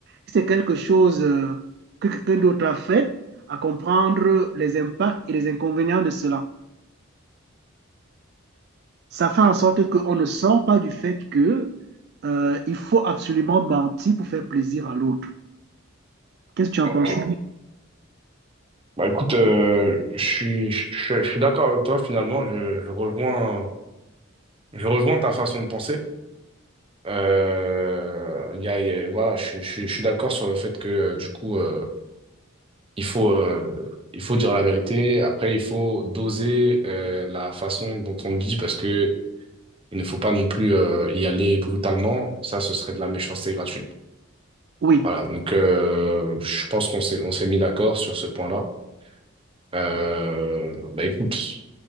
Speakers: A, on the right; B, on the right.
A: si c'est quelque chose euh, que quelqu'un d'autre a fait, à comprendre les impacts et les inconvénients de cela. Ça fait en sorte qu'on ne sort pas du fait que euh, il faut absolument mentir pour faire plaisir à l'autre. Qu'est-ce que tu en penses?
B: Ok. Bah, écoute, euh, je suis, je, je- je suis d'accord avec toi, finalement, je, je rejoins, je rejoins ta façon de penser. Euh, il y a, il y a- voilà, je, suis- je, suis je suis d'accord sur le fait que, euh, du coup, euh, Il faut, euh, il faut dire la vérité. Après, il faut doser euh, la façon dont on le dit parce que il ne faut pas non plus euh, y aller brutalement. Ça, ce serait de la méchanceté gratuite.
A: Oui,
B: Voilà. Donc, euh, je pense qu'on s'est, on s'est mis d'accord sur ce point-là. Euh, bah écoute,